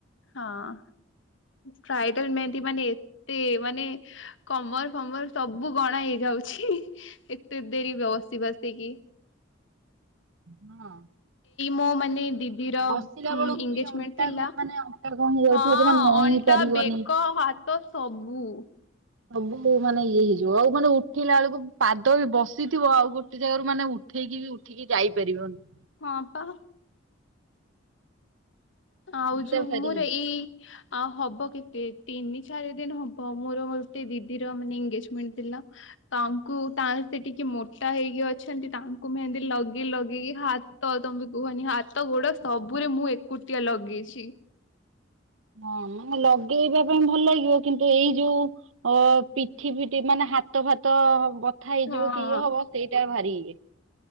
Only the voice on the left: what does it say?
ହଁ ବ୍ରାଇଡାଲ ମେହେନ୍ଦି ମାନେ ଏତେ ମାନେ କମଲ ପମଲ୍ ସବୁ କଣ ହେଇଯାଉଛି ଏତେ ଦେରି ବସି ବସିକି।
ମୋ ମାନେ ଦିଦିର
ଏନଗେଜମେଣ୍ଟ
ଥିଲା
ହଁ
ଅଣ୍ଟା
ବେକ ହାତ ସବୁ।
ହଁପା। ଆଉ
ଯୋଉ
ମୋର ଏଇ ଆଉ ହବ କେତେ ତିନି ଚାରି ଦିନ ହବ ମୋର ଗୋଟେ ଦିଦିର ମାନେ ଏଗେଜମେଣ୍ଟ ଥିଲା ତାଙ୍କୁ ତା ସେ ଟିକେ ମୋଟା ହେଇକି ଅଛନ୍ତି ତାଙ୍କୁ ମୁ ଏତି ଲଗେଇ ଲଗେଇକି ହାତ ତମେ କହନି ହାତ ଗୋଡ ସବୁରେ ମୁଁ ଏକୁଟିଆ ଲଗେଇଛି।
ହଁ।